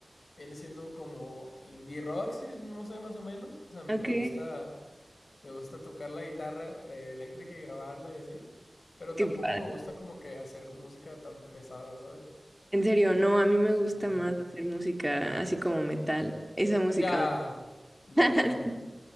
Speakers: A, on the left; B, in the centre.
A: viene siendo como indie rock, sí, no sé, más o menos. O sea, me
B: Ok,
A: me gusta Me gusta tocar la guitarra eh, eléctrica y grabarla y así. Pero tampoco
B: qué padre.
A: me gusta como que hacer música tan pesada, ¿sabes?
B: En serio, no, a mí me gusta
A: Ajá.
B: más hacer música así como metal. Esa música
A: Ya, ya,
B: me
A: ya.
B: <laughs>